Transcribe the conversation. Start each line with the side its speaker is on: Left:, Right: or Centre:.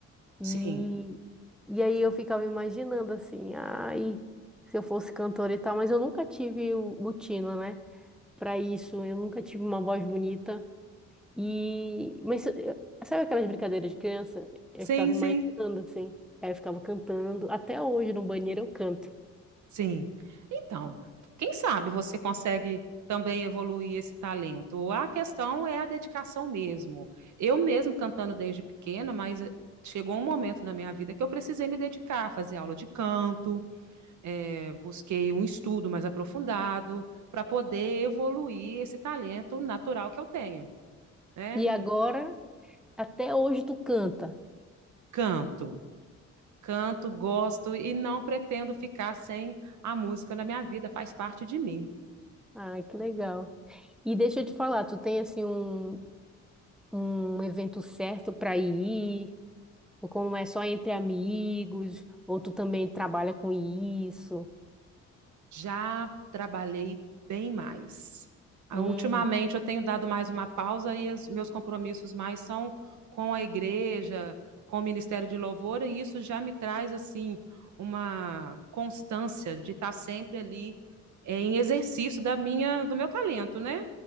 Centre: E,
Right: sim,
Centre: e aí eu ficava imaginando, assim, ai, se eu fosse cantora e tal, mas eu nunca tive o, o tino, né? Pra isso, eu nunca tive uma voz bonita. E, mas eu- sabe aquelas brincadeiras de criança? Eu
Right: sim,
Centre: ficava imaginando
Right: sim.
Centre: assim. Aí eu ficava cantando. Até hoje no banheiro eu canto.
Right: Sim. Então, quem sabe você consegue também evoluir esse talento. A questão é a dedicação mesmo. Eu mesmo cantando desde pequena, mas eh, chegou um momento na minha vida que eu precisei me dedicar, fazer aula de canto, eh, busquei um estudo mais aprofundado para poder evoluir esse talento natural que eu tenho, né?
Centre: E agora, até hoje tu canta.
Right: Canto. Canto, gosto e não pretendo ficar sem a música na minha vida, faz parte de mim.
Centre: Ai, que legal. E deixa eu te falar, tu tem assim um, um evento certo para ir? Ou como é só entre amigos? Ou tu também trabalha com isso?
Right: Já trabalhei bem mais. Ah,
Centre: Hum,
Right: Ultimamente eu tenho dado mais uma pausa e os meus compromissos mais são com a igreja, com o Ministério de Louvor, e isso já me traz assim uma constância de estar sempre ali eh, em exercício da minha, do meu talento, né?